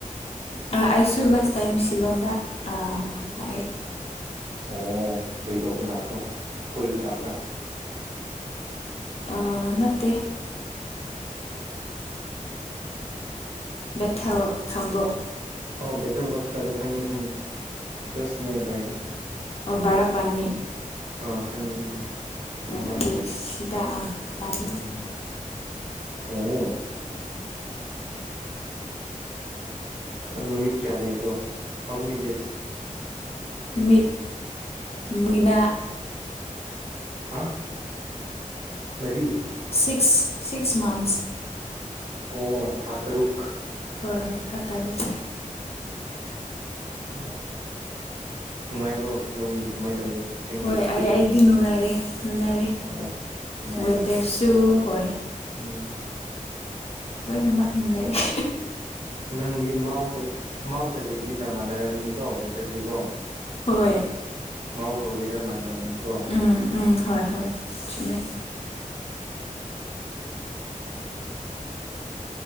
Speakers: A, on the left; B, on the right.
A: ꯑꯩꯁꯨ ꯂꯥꯁ ꯇꯥꯏꯝ ꯁꯤꯂꯂꯣꯡꯗꯥ ꯑꯥ ꯂꯛꯑꯦ
B: ꯑꯣ ꯀꯔꯤ ꯇꯧꯕ ꯂꯥꯛꯄ꯭ꯔꯣ ꯀꯣꯏꯕ ꯂꯥꯛꯄ꯭ꯔꯥ
A: ꯑꯥ ꯅꯠꯇꯦ ꯕꯦꯊꯦꯜ ꯈꯥꯝꯕꯣꯛ
B: ꯑꯣ ꯕꯦꯇꯜ ꯍꯣꯁꯄꯤꯇꯥꯜꯗꯑꯣ ꯈꯪꯉꯦ ꯈꯪꯉꯦ ꯁ ꯅꯅꯤꯌꯔꯕꯥꯏ ꯍꯑꯦ
A: ꯕꯔꯥꯄꯅꯤ
B: ꯑ ꯈꯪꯉꯦ ꯈꯪꯉꯦ ꯀꯩꯅꯣꯅꯦ
A: ꯑꯗꯨ ꯁꯤꯗ ꯂꯥꯛꯑꯦ
B: ꯎꯝ ꯑꯣ ꯅꯨꯃꯤꯠ ꯀꯌꯥ ꯂꯩꯕꯔꯣ ꯍꯥꯎꯃꯤꯅꯤ ꯗꯁ
A: ꯅꯨꯃꯤꯠ ꯃꯅꯥ
B: ꯍꯥ ꯃꯔꯤ
A: ꯁꯤꯛꯁ ꯁꯤꯛꯁ ꯃꯟꯁ
B: ꯑꯣ ꯊꯥ ꯇꯔꯨꯛ
A: ꯍꯣꯏ ꯍꯣꯏ ꯊꯥ ꯇꯔꯨꯛ
B: ꯑꯣ ꯅꯨꯡꯉꯥꯏꯕꯔꯣ ꯁꯤꯜꯂꯣꯡꯗꯤ ꯅꯥꯪꯒꯤ ꯑꯦꯛꯄꯑꯔꯏꯌꯦꯟꯇꯤ ꯀꯃꯥꯏꯅ ꯇꯧꯒꯦ ꯅꯪꯒꯤ
A: ꯍꯣꯏ
B: ꯑꯦꯛꯁꯄꯤꯔꯤꯌꯦꯟꯁꯅꯤ
A: ꯑꯩ ꯑꯩꯗꯤ ꯅꯨꯡꯉꯥꯏꯔꯦ ꯅꯨꯡꯉꯥꯏꯔꯦ
B: ꯑ ꯅꯨꯡꯉꯥꯏꯌꯦ
A: ꯋꯦꯗꯔꯁꯨ ꯍꯣꯏ
B: ꯎꯝ
A: ꯂꯣꯏꯅꯃꯛ ꯅꯨꯡꯉꯥꯏꯔꯦ
B: ꯅꯪꯗꯤ ꯃꯥꯎꯗ ꯃꯥꯎꯗ ꯂꯩꯕꯅꯤꯅ ꯃꯥꯟꯅꯔꯝꯒꯅꯤ ꯀ ꯑꯦꯗꯔꯗꯤ ꯀꯣ
A: ꯍꯣꯏ
B: ꯃꯥꯎꯒ ꯋꯦꯗꯔ ꯃꯥꯟꯅꯔꯝꯅꯤ <unintelligible>
A: ꯎꯝ ꯎꯝ ꯍꯣꯏ ꯍꯣꯏ ꯆꯨꯝꯃꯦ